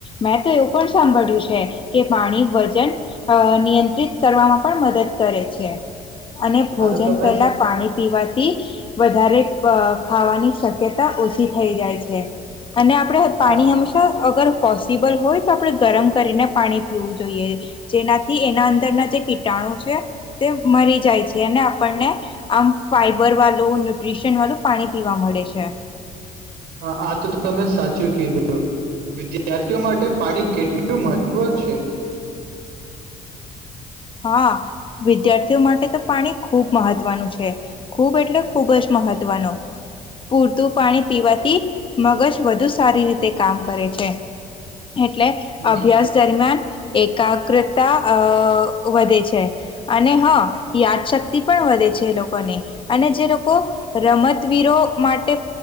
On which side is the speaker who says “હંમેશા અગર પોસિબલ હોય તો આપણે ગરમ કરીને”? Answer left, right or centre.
Left